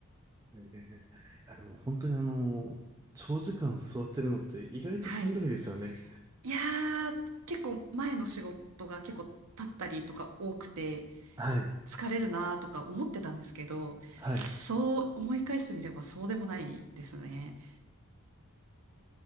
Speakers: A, on the right; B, on the right.
A: ええいや、でも本当にあの、長時間座ってるのって意外としんどいですよね。
B: はい。いやー、結構前の仕事が結構立ったりとか多くて、
A: はい。
B: 疲れるなとか思ってたんですけど、
A: はい。
B: そう思い返してみればそうでもないですね。